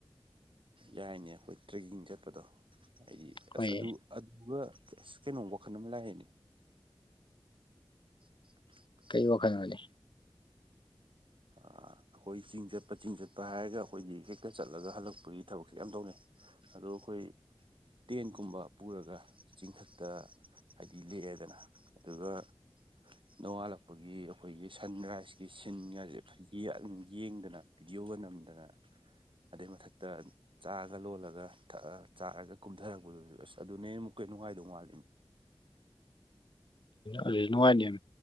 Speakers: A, on the right; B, on the left.
A: ꯌꯥꯏꯅꯦ ꯑꯈꯣꯏ ꯇ꯭ꯔꯦꯛꯀꯤꯡ ꯆꯠꯄꯗꯣ ꯑꯩꯒꯤ
B: ꯑꯩꯈꯣꯏ
A: ꯑꯁ ꯑꯗꯨ ꯑꯗꯨꯒ ꯑꯁ ꯀꯩꯅꯣꯝ ꯋꯥꯈꯜ ꯑꯃ ꯂꯥꯛꯑꯦꯅꯦ <inaudible>
B: ꯀꯩ ꯋꯥꯈꯟꯅꯣꯅꯦ
A: ꯑ ꯑꯈꯣꯏ ꯆꯤꯡ ꯆꯠꯄ ꯆꯤꯡ ꯆꯠꯄ ꯍꯥꯏꯔꯒ ꯑꯈꯣꯏꯗꯤ ꯍꯦꯛꯇ ꯆꯠꯂꯒ ꯍꯜꯂꯛꯄꯒꯤ ꯊꯕꯛꯁꯦ ꯌꯥꯝ ꯇꯧꯅꯩ ꯑꯗꯣ ꯑꯈꯣꯏ ꯇꯦꯟꯀꯨꯝꯕ ꯄꯨꯔꯒ ꯆꯤꯡꯊꯛꯇ ꯍꯥꯏꯗꯤ ꯂꯦꯛꯑꯦꯗꯅ ꯑꯗꯨꯒ ꯅꯣꯡꯉꯥꯜꯂꯛꯄꯒꯤ ꯑꯈꯣꯏꯒꯤ ꯁꯟꯔꯥꯏꯁꯀꯤ ꯁꯤꯟꯒꯖꯦ ꯌꯦ ꯌꯦꯡꯗꯅ ꯚꯤꯗꯤꯑꯣꯒ ꯅꯝꯗꯅ ꯑꯗꯩ ꯃꯊꯛꯇ ꯆꯥꯒ ꯂꯣꯜꯂꯒ ꯊꯛꯑ ꯆꯥꯔꯒ ꯀꯨꯝꯊꯔꯛꯄꯗꯨꯁꯨ ꯑꯁ ꯑꯗꯨꯅ ꯍꯦꯟ ꯑꯃꯨꯛꯀ ꯅꯨꯡꯉꯥꯏꯗꯧ ꯃꯥꯜꯂꯤꯅꯤ
B: ꯑꯗꯨꯖꯨ ꯅꯨꯡꯉꯥꯏꯅꯤꯝ